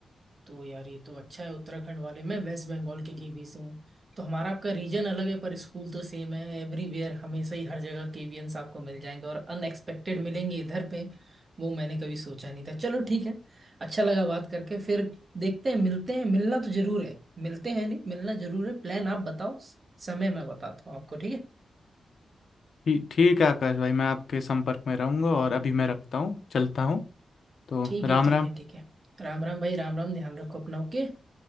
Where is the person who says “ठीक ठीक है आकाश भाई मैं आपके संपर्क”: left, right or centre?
Left